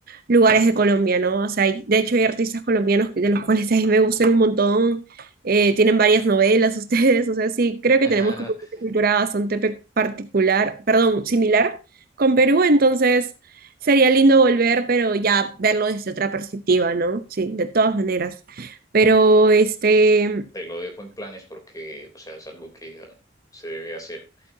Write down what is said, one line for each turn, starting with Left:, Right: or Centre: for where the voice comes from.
Right: lugares de Colombia, ¿no? O sea, hay- de hecho hay artistas colombianos que- de los cuales <laughs> a mí me gustan un montón. Eh, tienen varias novelas <laughs> ustedes, o sea, sí, creo que
Left: <laughs>
Right: tenemos como una cultura bastante pe- particular, perdón, similar con Perú, entonces sería lindo volver, pero ya verlo desde otra perspectiva, ¿no? Sí, de todas maneras. Pero este,
Left: Te lo dejo en planes porque, o sea, es algo que ah, se debe hacer.